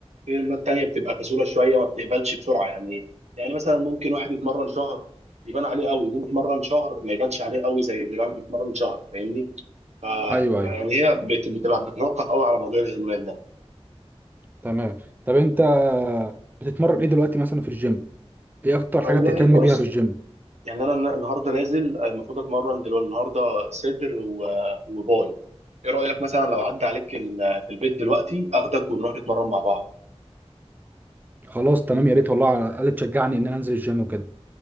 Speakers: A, on the right (about 85°); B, on the right (about 15°).
A: في هرمونات تانية بتبقى كسولة شوية ما بتقبلش بسرعة يعني يعني مثلا ممكن واحد يتمرن شهر يبان عليه قوي ممكن يتمرن شهر ما يبانش عليه قوي زي اللي بان- يتمرن شهر فاهمني ف-
B: ايوه
A: فيعني
B: ايوه
A: هي بت- بتبقى بتتوقف قوي على موضوع الهرمونات ده
B: تمام طب انت بتتمرن ايه دلوقتي مثلا في الجيم ايه اكتر
A: والله
B: حاجة بتهتم
A: بص
B: بيها في الجيم
A: يعني انا النهارده نازل آه، المفروض اتمرن دلوقتي النهارده صدر و- وباي ايه رايك مثلا لو عدى عليك ال- في البيت دلوقتي اخدك ونروح نتمرن مع بعض
B: خلاص تمام يا ريت والله على الاقل تشجعني ان انا انزل الجيم وكده